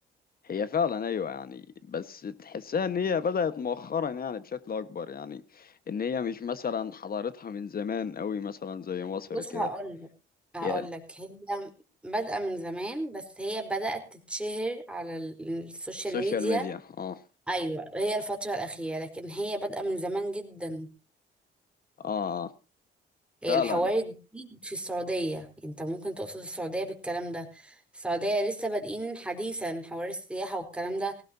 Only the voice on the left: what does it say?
هي فعلا ايوه يعني بس تحسها ان هي بدأت مؤخرا يعني بشكل اكبر يعني ان هي مش مثلا حضارتها من زمان قوي مثلا زي مصر
كده
هي
السوشيال
ميديا اه
اه آه.
فعلا